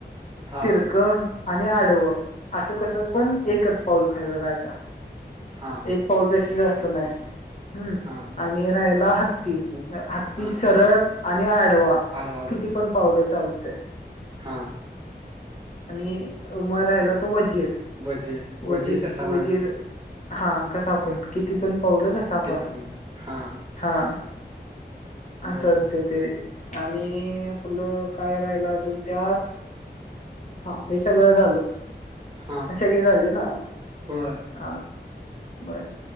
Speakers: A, on the right (about 25°); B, on the left (about 45°).
A: हां,
B: तिरकं आणि आडवं असं कसं
A: हां, हां,
B: पण एकच पाऊल खरं राहायचा.
A: हां, हां,
B: एक पाऊलपेक्षा जास्त नाही. हम्म
A: हां.
B: आणि राहीला हत्ती
A: हा
B: हत्ती सरळ आणि आडवा
A: आडवा
B: किती
A: जातो
B: पण पावलं चालतंय.
A: हा
B: आणि म राहिला तो वजीर
A: वजीर वजीर
B: वजी-वजीर
A: कसा बनवतात
B: हा कसं आपण किती पण पावलं कसं आपण
A: किती पण हा
B: हा असं
A: बर
B: असते ते आणि आपलं काय राहिल अजून त्यात हा हे सगळं झाल.
A: हा हा
B: सगळे झाले ना
A: होय
B: हा बर